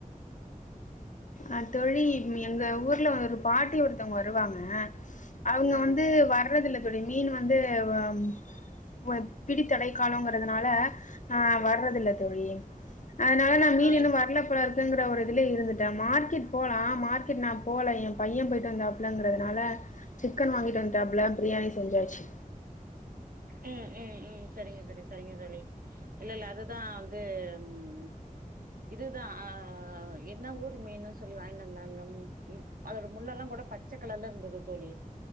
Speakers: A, on the left; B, on the right.
A: அ தோழி எங்க ஊர்ல ஒரு பாட்டி ஒருத்தவங்க வருவாங்க அவங்க
B: ஆ
A: வந்து வர்றதில்ல தோழி மீன் வாங் வந்து வம் வ பிடித்தலை காலோங்கர றதுனால ஆஹ வர்றதில்ல தோழி அதனால நா மீன்
B: ஆ
A: இன்னு வரல போல இருக் <unintelligible> தில்லே இருந்துட்டே மார்கெட் போலா மார்க்கெட் நான் போல என் பையன் போயிட்டு வந்த இல்லங்கிறதுனால சிக்கன் வாங்கிட்டு வந் டப்ள பிரியாணி செஞ்சாச்சு
B: உம் உம் உம் செரிங்க தோழி செரிங்க தோழி இல்லல்ல அதுதா வந்து உம் இதுதா ஆ ஆ என்ன ஊர் மீனு சொல்லி வாங்கின்டு வந்தாங்க ம் ம் அதோட முள்ளெல்லாங்கூட பச்சகலர்ல இருந்தது தோழி